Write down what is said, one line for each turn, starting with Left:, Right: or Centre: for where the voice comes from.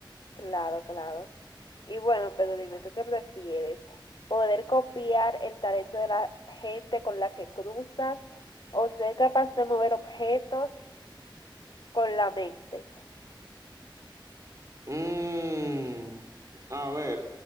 Left: Claro, claro. Y bueno, pero dime, ¿tú qué prefieres? ¿Poder copiar el talento de la gente con la que cruzas o ser capaz de mover objetos con la mente?
Right: Mm, a ver.